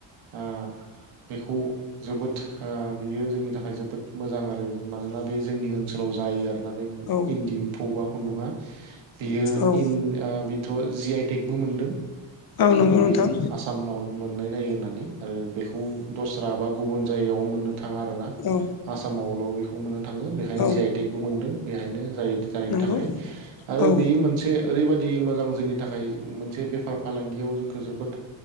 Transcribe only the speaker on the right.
ओ बेखौ जोबोद ओ बियो जोंनि थाखाय जोबोद मोजां आरो मानोना बे जोंनि ओनसोलाव जायो आरोना बे
इन्दि एम्फौ बा खुन्दुङा बेयो
होन ओ बेथ' जि आइटेकबो मोनदों
बेयो
आसामाव मोननाय जायो होननानै आरो बेखौ दस्रा आबाद गुबुन जायगायाव मोननो थाङा आरोना
आसामावल' बेखौ मोननो थाङो बेखायनो
जि आइ टेकबो मोनदों बेहायनो जाय जाय
थाखाय आरो
बेयो मोनसे बिदि मोजां जोंनि थाखाय मोनसे बेफार फालांगियाव जोंखौ जोबोद